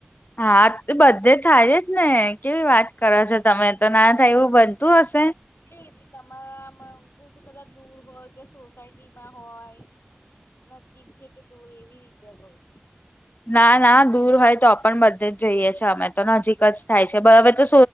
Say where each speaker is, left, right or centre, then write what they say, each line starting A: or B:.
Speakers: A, on the left (about 45°); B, on the left (about 80°).
A: હા બધે થાય જ ને કેવી વાત કરો છો, તમે તો ના થાય એવું બનતું હશે.
B: એ તમારા આમ બધું કદાચ દૂર હોય, કે સોસાયટીમાં હોય. નજીક છે કે દૂર એવી રીતે્યા બ
A: ના ના દૂર હોય તો પણ બધે જ જઈએ છ છેએ અમે તો નજીક જ થાય છે, હવે તો